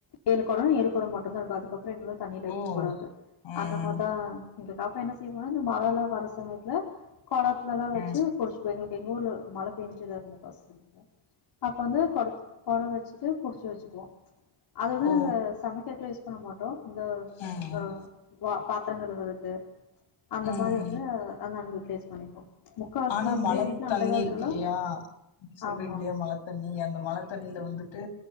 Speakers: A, on the left; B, on the left.
A: ஏழு கொடொ ஏழு கொடொ மட்டுந்தாருக்கு அதுக்கப்றோ எங்ள தண்ணில இருக்கக்கூடாது
B: ஓ ம்
A: அந்த மாதா இங்க காப்ப என்ன செய்வோனா இந்த மழல்லா வர சமயத்ல கொடத்லல்லா வச்சு
B: ம்
A: புடிச் <unintelligible> எங் ஊர்ல மழ பேஞ்சிட்டே தாருக்கு முக்காவாசி சமயத்ல அப்ப வந்து கொடத் கொடோ வச்சுட்டு புடிச்சு வச்சிக்குவோ அத வந்து
B: ஓ
A: நாங்க சமைக்கற்க்லா யூஸ் பண்ண மாட்டோ இந்த
B: ம்
A: வ வா பாத்ரங் கழுவருக்கு அந்த
B: ம்
A: மாரி வந்து அத் நாங்க யூட்லேஸ் பண்ணிப்போ முக்காவாசி
B: ஆனா மழ
A: பேர் வீட்ல
B: தண்ணி
A: அந்த காலத்துலலா
B: இருக்கில்லயா நீங் சொல்றீங்கில்லயா
A: ஆமா
B: மழ தண்ணி அந்த மழ தண்ணில வந்துட்டு